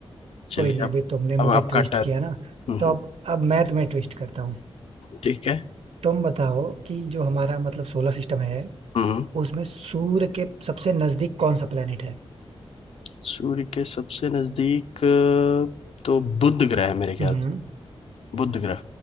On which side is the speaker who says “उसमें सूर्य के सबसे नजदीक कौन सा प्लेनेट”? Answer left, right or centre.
Right